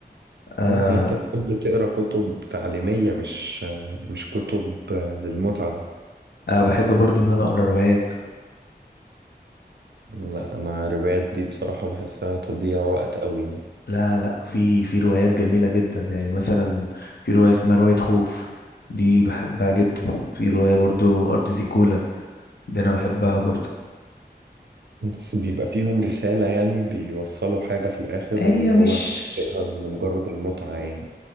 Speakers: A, on the left; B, on the right.
A: أه
B: آه، يعني انت كنت بتقرا كتب تعليمية مش مش كتب للمتعة
A: أه بحب برضو إن أنا أقرأ روايات
B: لا انا روايات دي بصراحة بحسها تضييع وقت قوي يعني
A: لا لا في في روايات جميلة جدا يعني مثلا في رواية اسمها رواية خوف دي بحبها جدا في رواية برضو أرض زيكولا دي أنا بحبها برضو
B: بس بيبقى فيهم رسالة يعني بيوصلوا حاجة في الاخر
A: هي
B: ولا هو
A: مش
B: انت بتقرا لمجرد المتعة يعني